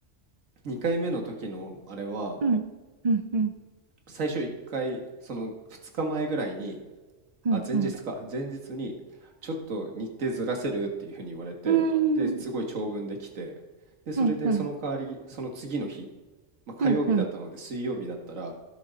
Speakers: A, on the right; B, on the right.
A: 2回目の時のあれは、
B: うん、うん、うん、
A: 最初1回、その2日前ぐらいに、
B: うん、
A: あ、前日か、
B: うん、
A: 前日に、ちょっと日程ずらせるっていうふうに言われて、
B: うん、
A: で、すごい長文できて、で、それでその代わり、
B: うん、うん、
A: その次の日、まあ、
B: うん、
A: 火曜日だったので、
B: うん、うん、
A: 水曜日だったら、